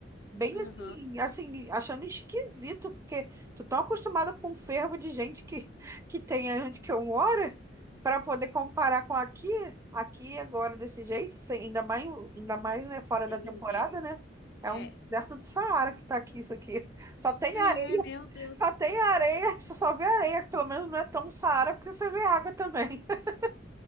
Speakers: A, on the right; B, on the left.
A: Bem
B: aham.
A: assim, assim, achando esquisito, porque tu tá acostumada com um fervo de gente que, <laughs> que tem onde que eu moro, para poder comparar com aqui, aqui agora desse jeito, sem- ainda mais, ainda mais, né, fora
B: Sem
A: da temporada,
B: ninguém.
A: né? É
B: É,
A: um deserto do Saara que tá aqui, isso aqui. Só tem
B: é,
A: areia,
B: meu Deus.
A: só tem areia, você só vê areia, pelo menos não é tão Saara, porque você vê água também. <laughs>